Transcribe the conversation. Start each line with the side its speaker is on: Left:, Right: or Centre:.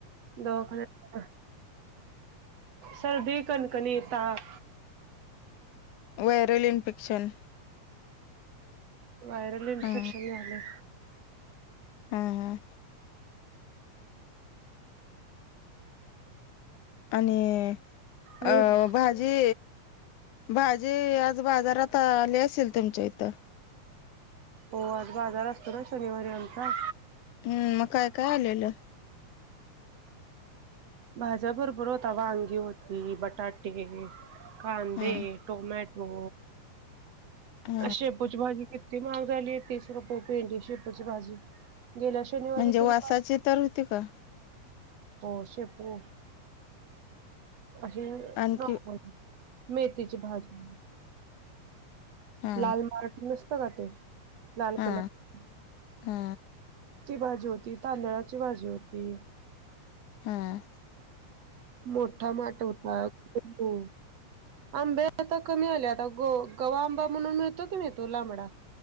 Right: दवाखान्यात. सर्दी, कणकनी, ताप
Left: व्हायरल इन्फेक्शन
Right: व्हायरल इन्फेक्शन
Left: हा
Right: झालं.
Left: हां हां. आणि अ
Right: न्यूज
Left: भाज जे भाजी आज बाजारात आली असेल तुमच्या इथं.
Right: हो आज बाजार असतो ना शनिवारी आमचा.
Left: हम्म. मग काय काय आलेलं.
Right: भाज्या बरोबर होता. वांगी होती, बटाटे, कांदे.
Left: हा
Right: टोमॅटो
Left: हा
Right: शेपूची भाजी किती महाग झाली आहे तीस रुपये पेंडी शेपूची भाजी गेल्या शनिवारी
Left: म्हणजे
Right: तरी
Left: वासाची तर होती का
Right: हो शेपू. अशी
Left: आणखी
Right: <unintelligible> मेथीची भाजी.
Left: हा
Right: लाल मार्ट नसत का ते, लाल
Left: हा
Right: कलर च.
Left: हा
Right: ती भाजी होती तांदळाची भाजी होती.
Left: हम्म.
Right: मोठा माठ होता तो. आंबे आता कमी आले आता ग गव्हा आंबा म्हणून मिळतो की नाही तो लांबडा.